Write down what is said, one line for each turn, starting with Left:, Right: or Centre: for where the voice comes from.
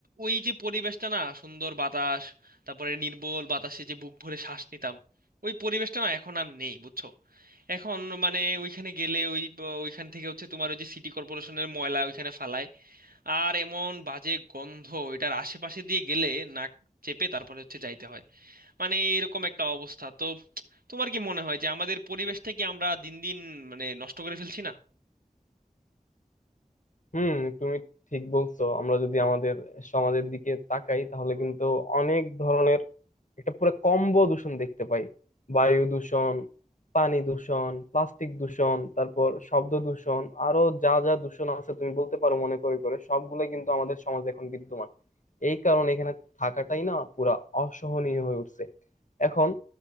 Right: ওই যে পরিবেশটা না সুন্দর বাতাস তারপরে নির্মল বাতাসে যে বুক ভরে শ্বাস নিতাম ওই পরিবেশটা না এখন আর নেই বুঝছো এখন মানে ওইখানে গেলে ওই প- ওইখান থেকে হচ্ছে তোমার ওই যে সিটি কর্পোরেশনের ময়লা ওইখানে ফালায় আর এমন বাজে গন্ধ এটার আশেপাশে দিয়ে গেলে নাক চেপে তারপরে হচ্ছে যাইতে হয় মানে এরকম একটা অবস্থা তো তোমার কি মনে হয় যে আমাদের পরিবেশটা কি আমরা দিন দিন মানে নষ্ট করে ফেলছি না
Left: হুম তুমি ঠিক বলছো আমরা যদি আমাদের সমাজের দিকে তাকাই তাহলে কিন্তু অনেক ধরনের একটা পুরো কম্বো দূষণ দেখতে পাই বায়ু দূষণ পানি দূষণ প্লাস্টিক দূষণ তারপর শব্দ দূষণ আরো যা যা দূষণ আছে তুমি বলতে পারো মনে করে করে সবগুলোই কিন্তু আমাদের সমাজে এখন বিদ্যমান এই কারণে এখানে থাকাটাই না পুরা অসহনীয় হয়ে উঠছে এখন